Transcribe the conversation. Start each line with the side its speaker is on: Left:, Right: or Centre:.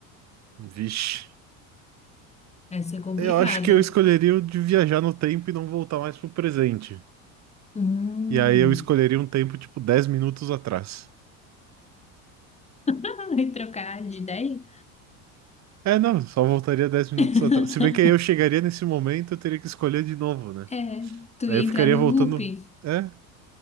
Right: Vixe.
Left: Essa é complicada.
Right: Eu acho que eu escolheria o de viajar no tempo e não voltar mais pro presente.
Left: Hum.
Right: E aí eu escolheria um tempo tipo 10 minutos atrás.
Left: <laughs> Vai trocar de ideia?
Right: É, não, só voltaria 10 minutos
Left: <laughs>
Right: atrás. Se bem que aí eu chegaria nesse momento, eu teria que escolher de novo, né?
Left: É, tu
Right: Aí
Left: ia
Right: eu ficaria
Left: entrar no
Right: voltando.
Left: looping.
Right: É,